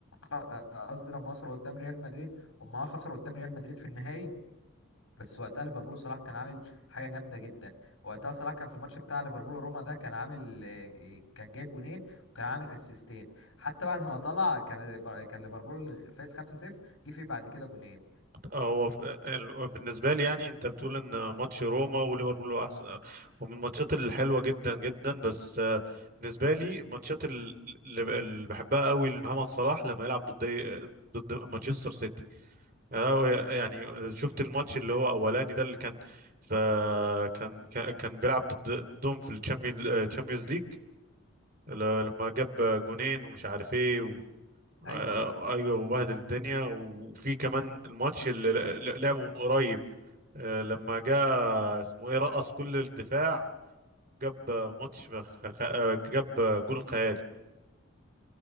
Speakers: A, on the left; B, on the right.
A: خ- آه، قصدي لما وصلوا قدام ريال مدريد هم اه خسروا قدام ريال مدريد في النهائي بس وقتها ليفربول صلاح كان عامل حاجه جامده جدا وقتها صلاح كان في الماتش بتاع ليفربول وروما ده كان عامل آه، آه، كان جايب جونين وكان عامل اسيستين حتى بعد ما طلع كان كان ليفربول فاز 5-0 جه فيه بعد كده جونين
B: هو ف- ال- بالنسبة لي يعني انت بتقول ان ماتش روما وليفربول هو احسن ومن الماتشات الحلوة جدا جدا بس آه، بالنسبة لي الماتشات ال- اللي ب- اللي بحبها قوي لمحمد صلاح لما يلعب ضد إيه، ضد مانشستر سيتي أنا يعني شفت الماتش اللي هو اولاني ده اللي كان ف كان كان كان بيلعب ضد ضدهم في الشامبيونز ليج لما جاب جونين ومش عارف ايه
A: ايوه
B: آه، ايوه وبهدل الدنيا وفي كمان الماتش اللي ل- لعبه من قريب آه، لما جاء اسمه ايه رقص كل الدفاع جاب آه، ماتش خ- خ- آه، جاب آه، جول خيالي